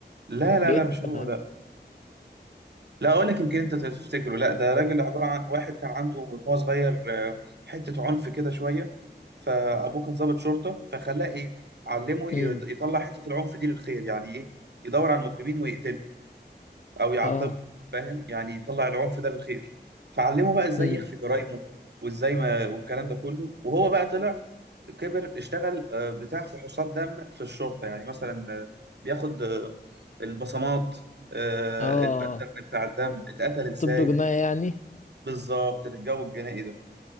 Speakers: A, on the right; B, on the left.
A: لا لا
B: بيقتل
A: لا مش هو
B: بنات
A: لا لا اقول لك يمكن انت تفتكره لا ده راجل عباره عن واحد كان عنده من هو صغير آه، حته عنف كده شويه فابوه كان ضابط شرطه فخلاه ايه علمه يد-
B: امم
A: يطلع حته العنف دي للخير يعني ايه يدور على المجرمين ويقتلهم او يعاقبه
B: اه
A: فاهم يعني يطلع العنف ده للخير فعلمه بقى ازاي
B: امم
A: يخفي جرايمه وازاي ما والكلام ده كله وهو بقى طلع كبر اشتغل آه، بتاع فحوصات دم في الشرطة يعني مثلا آه، بياخد آه، البصمات آه،
B: اه
A: الباترن بتاع الدم اتقتل ازاي
B: طب جناية يعني
A: بالظبط الجو الجنائي ده